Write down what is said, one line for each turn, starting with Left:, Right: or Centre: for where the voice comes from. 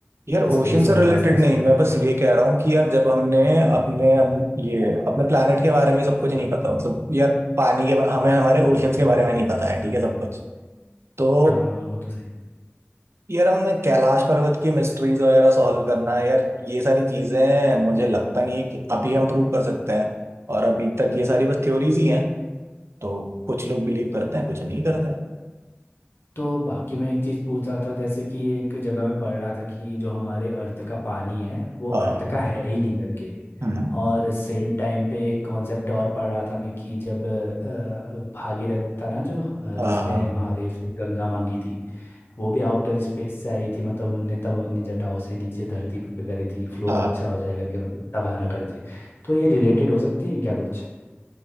Right: यार ओशियन
Left: स्पेस
Right: से
Left: वगैरह
Right: रिलेटेड
Left: ऐसा हो सकता
Right: नहीं मैं
Left: है
Right: बस ये कह रहा हूँ कि यार जब हमने अपने हम, ये अपने प्लानट के बारे में सब कुछ नहीं पता मतलब यार पानी के बा- हमें हमारे ओशियंस के बारे में नहीं पता है ठीक है सब कुछ तो
Left: हाँ वो तो सही है
Right: यार हमने कैलाश पर्वत की मिस्ट्रीज वगैरह सॉल्व करना है यार ये सारी चीजें मुझे लगता नहीं है कि अभी हम प्रूव कर सकते हैं और अभी तक ये सारी बस थ्योरीज ही हैं तो कुछ लोग बिलीव करते हैं कुछ नहीं करते हैं
Left: तो बाकी मैं एक चीज़ पूछ रहा था जैसे कि एक जगह में पढ़ रहा था कि जो हमारे अर्थ का पानी है वो
Right: हाँ
Left: अर्थ का है ही नहीं करके
Right: है ना
Left: और सेम टाइम पे एक कॉन्सेप्ट और पढ़ रहा था मैं कि जब अ, भागीरथ था ना जो अ,
Right: हाँ
Left: जिसने
Right: हाँ
Left: महादेव से गंगा मांगी थी वो भी आउटर स्पेस से आई थी मतलब उनने तब अपनी जटाओं से नीचे धरती पे करी थी फ्लो
Right: हाँ
Left: अच्छा हो जाए करके मतलब तब आना कर दे तो ये रिलेटेड हो सकती है क्या कुछ